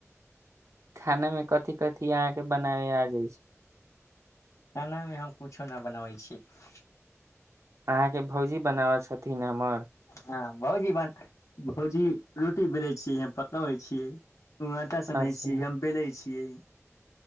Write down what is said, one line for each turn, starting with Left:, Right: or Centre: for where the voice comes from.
Right: खाना मे कथि कथि अहाँके बनावे आ जाय छै
Left: खानामे हम कुछो ना बनबै छिये
Right: अहाँके भौजी बनाबै छथिन हमर
Left: हँ भौजी बन भौजी रोटी बेलै छियै हम पकबैै छियै ओ आटा सनैत
Right: अच्छा
Left: छी हम बेलै छी छियै